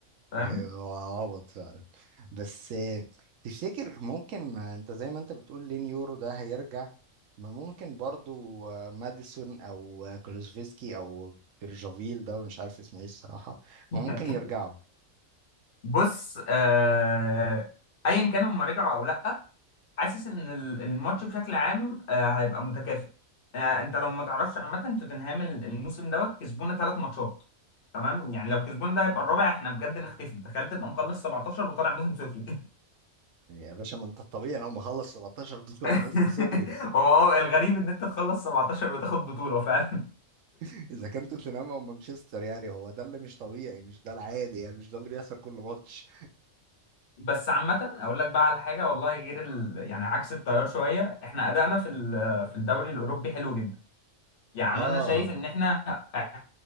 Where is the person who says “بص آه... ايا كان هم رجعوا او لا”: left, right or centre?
Left